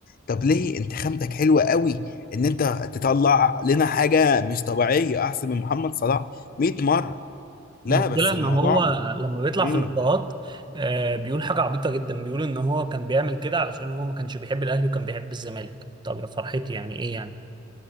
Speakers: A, on the left; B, on the right.
A: طب ليه انت خامتك حلوة قوي ان انت تطلع لنا حاجة مش طبيعية احسن من محمد صلاح 100 مرة لا
B: المشكلة
A: بس
B: إن
A: الموضوع
B: هو لما بيطلع
A: امم
B: في اللقاءات آه بيقول حاجة عبيطة جدا بيقول إن هو كان بيعمل كده علشان هو ما كانش بيحب الأهلي وكان بيحب الزمالك طب يا فرحتي يعني إيه يعني